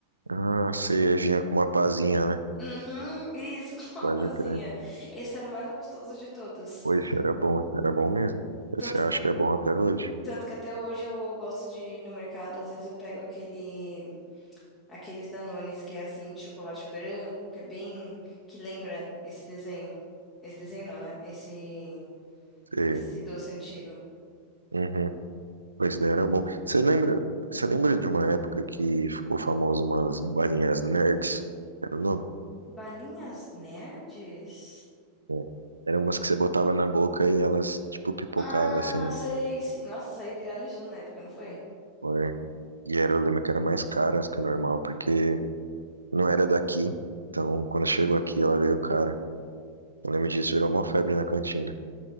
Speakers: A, on the right; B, on the left.
A: Ah, sei, vinha com uma pazinha, né?
B: Uhum, isso, <laughs> com uma
A: Pode
B: pazinha.
A: crer.
B: Esse era o mais gostoso de todos.
A: Pô, esse era bom, esse era bom mesmo.
B: Tanto,
A: Esse eu acho que é bom até hoje.
B: tanto que até hoje eu gosto de ir no mercado, às vezes eu pego aquele, aqueles Danones que é assim, de chocolate branco, que é bem, que lembra esse desenho. Esse desenho não, né? Esse,
A: Sei.
B: esse doce antigo.
A: Uhum. Pô, esse daí era bom. Você lembra, você lembra de uma época que ficou famoso umas balinhas nerds? Era o nome?
B: Balinhas nerds?
A: É. Eram umas que você botava na boca e elas, tipo, pipocavam,
B: Ah,
A: assim,
B: sei, sei. Nossa, isso aí viralizou na época, não foi?
A: o ar. E era, eu lembro que eram mais caras que o normal, porque não era daqui. Então, quando chegou aqui, ela veio cara. Eu lembro disso, virou uma febre na cantina.